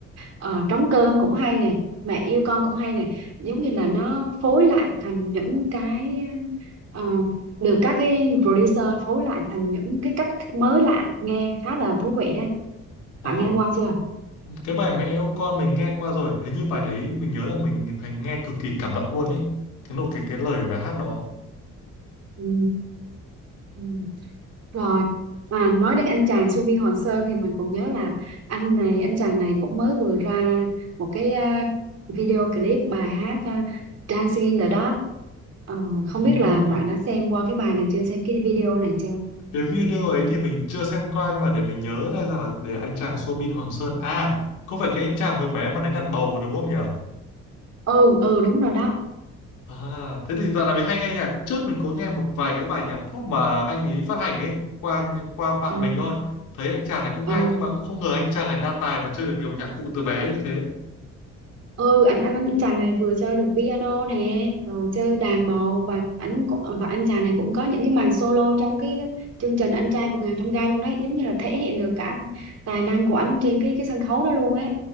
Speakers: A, on the right; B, on the left.
A: ờ, trống cơm cũng hay nè mẹ yêu con cũng hay nè giống như là nó phối lại thành những cái ờ, được các cái producer phối lại thành những cái cách mới lạ nghe khá là thú vị đấy
B: ờ,
A: bạn nghe qua chưa
B: cái bài mẹ yêu con mình nghe qua rồi hình như bài đấy mình nhớ là mình thấy nghe cực kỳ cảm động luôn ấy cái nội cái cái lời của bài hát đó
A: Ừ. Ừ. Rồi, à, nói đến anh chàng Su Biên Hoàng Sơn thì mình còn nhớ là anh này, anh chàng này cũng mới vừa ra một cái à, video clip bài hát à, Dancing in the Dark. Ờ, không
B: oh.
A: biết là bạn đã xem qua cái bài này chưa, xem cái video này chưa?
B: cái video ấy thì mình chưa xem qua nhưng mà để mình nhớ ra là để anh chàng Soobin Hoàng Sơn à có phải cái anh chàng hồi bé mà đánh đàn bầu đúng không nhỉ
A: Ừ, ừ đúng rồi đó.
B: À, thế thì dạo này mình hay nghe nhạc trước mình có nghe một vài cái bài nhạc pop mà anh ấy phát hành ấy qua qua bạn
A: Ừ,
B: mình thôi thấy anh chàng này cũng
A: ừ.
B: hay nhưng mà cũng không ngờ anh chàng này đa tài mà chơi được nhiều nhạc cụ từ bé như thế
A: ừ anh anh anh chàng này vừa chơi được piano nè rồi chơi đàn bầu và anh cũng- và anh chàng này cũng có những cái màn solo trong cái chương trình anh trai vượt ngàn chông gai luôn đấy giống như là thể hiện được cả tài năng của anh trên cái cái sân khấu đó luôn ấy